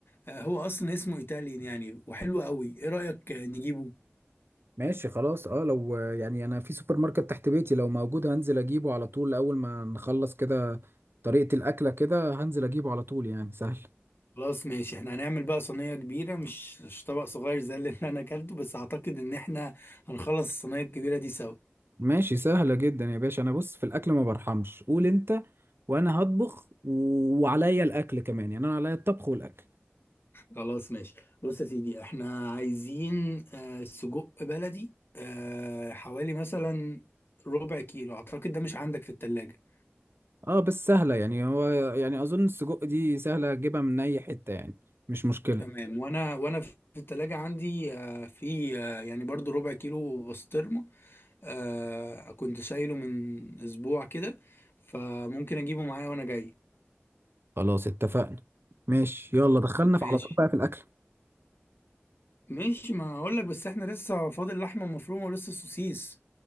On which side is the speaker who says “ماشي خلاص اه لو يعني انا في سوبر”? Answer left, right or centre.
Right